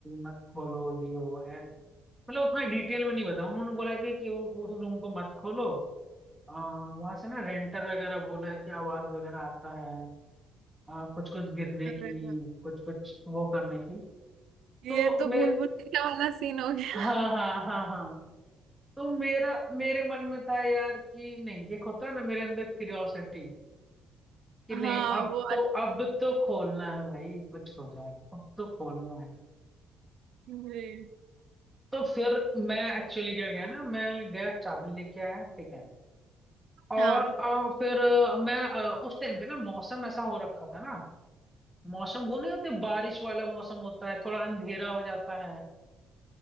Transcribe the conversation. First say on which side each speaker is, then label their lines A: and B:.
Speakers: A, in the centre; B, on the right.
A: मत खोलो ये वो है मतलब उतना डिटेल में नहीं बताऊँ उन्होंने बोला कि, कि उ- उस रूम को मत खोलो आ, वहां से ना रेंटर वगैरह बोला है कि आवाज वगैरह आता है आ, कुछ कुछ गिरने
B: अरे
A: की
B: वाह,
A: कुछ कुछ वो करने की
B: ये
A: तो
B: तो
A: मे
B: भूल भुलैया वाला सीन हो गया
A: हाँ हाँ हाँ हाँ तो मेरा मेरे मन में था यार कि नहीं एक होता है ना मेरे अंदर क्यूरियोसिटी कि नहीं
B: हाँ
A: अब
B: वो
A: तो
B: आद-
A: अब तो खोलना है भाई कुछ हो जाए अब तो खोलना है
B: जी
A: तो फिर मैं एक्चुअली क्या गया ना मैं गया चाबी लेके आया ठीक है और
B: हाँ
A: अ, फिर अ, मैं अ, उस टाइम पे ना मौसम ऐसा हो रखा था ना मौसम वो नहीं होते बारिश वाला मौसम होता है थोड़ा अंधेरा हो जाता है